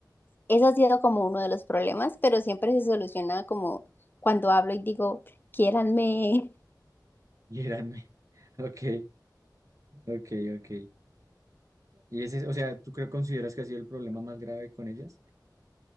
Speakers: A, on the left; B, on the right.
A: Eso ha sido como uno de los problemas, pero siempre se soluciona como cuando hablo y digo, quiéranme.
B: y eran me- <laughs> ok, ok, ok. Y ese, o sea, ¿tú creo, consideras que ha sido el problema más grave con ellas?